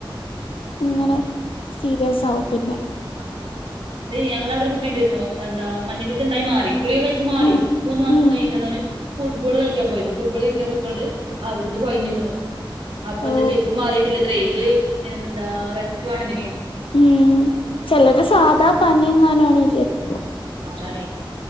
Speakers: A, on the left (about 80°); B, on the right (about 80°).
A: ഇങ്ങനെ
B: ഉം
A: സീരിയസ് ആവും പിന്നെ
B: ആ അ ഞങ്ങളെ അവിടെ ഒരു കുട്ടി ഉണ്ടായിരുന്നു എന്താ മഞ്ഞപ്പിത്തം ഉണ്ടായി മാറി ഗുളിക കഴിച്ച് മാറി
A: ഉം
B: മൂന്ന് മാസം
A: ഉം
B: കഴിഞ്ഞിട്ടാണ് അവന് ഫുട്ബോൾ കളിക്കാൻ പോയത് ഫുട്ബോൾ കളിക്കാൻ പോയിക്കൊണ്ട് അവിടുന്ന് കൊഴഞ്ഞ് വീണു അപ്പ
A: ഓ
B: എന്താ ശരിക്കും മാറിട്ടില്ല അത്ര ഇത് എന്താ റെസ്റ്റ് വാണതിന്
A: ഉം ചിലര് സാധാ പനിയെങ്ങാനുമാണ് വിചാരിക്കും
B: അതാണേ